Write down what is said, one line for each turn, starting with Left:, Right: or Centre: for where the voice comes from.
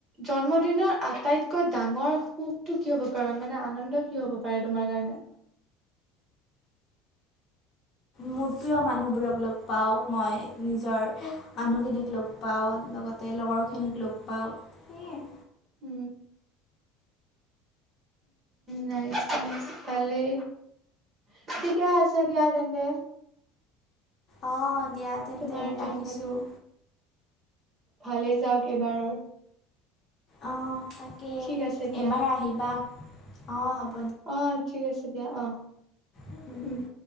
Right: জন্মদিনৰ আটাইত কৈ ডাঙৰ সুখতটো কি হ'ব পাৰ মানে আনন্দ কি হ'ব পাৰে তোমাৰ কাৰনে?
Left: মোৰ প্ৰিয় মানুহবোৰক লগ পাওঁ, মই নিজৰ মানুহখিনিক লগ পাওঁ, লগতে লগৰখিনিক লগ পাওঁ। সেয়ে।
Right: উম, নাইচ্ নাইচ্ ভালে। <unintelligible> আছে দিয়া তেন্তে।
Left: অ'। দিয়া তেন্তে
Right: তোমাৰ জন্মদিন
Left: ৰাখিছোঁ।
Right: ভালে যাওক এইবাৰৰ।
Left: অ'। তাকে
Right: ঠিক আছে দিয়া।
Left: এবাৰ আহিবা‌। অ' হব।
Right: অ' ঠিক আছে দিয়া। অহ,
Left: দিয়া
Right: উম।